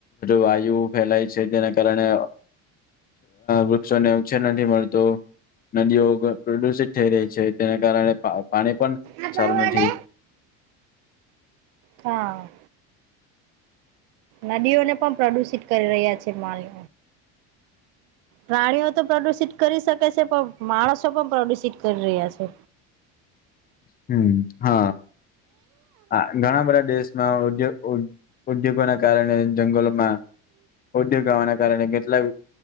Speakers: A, on the left; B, on the right.
A: વાયુ ફેલાય છે તેના કારણે. વૃક્ષો ને ઉછેર નથી મળત. તો નદીઓ પ્રદુષિત થઈ રહી છે તેના કારણે પાણી પણ.
B: આથ
A: સારું
B: માટેને
A: નથી
B: હા. નદીઓને પણ પ્રદુષિત કરી રહ્યા છે માલઓ. પ્રાણીઓ તો પ્રદુષિત કરી શકે છે પણ માણસો પણ પ્રદુષિત કરી રહ્યા છે.
A: હમ હા. હા ઘણા બધા દેશમાં ઉદ્યોગ ઉદ્યોગો ના કારણે જંગલોમાં ઉદ્યોગ આવવાના કારણે કેટલા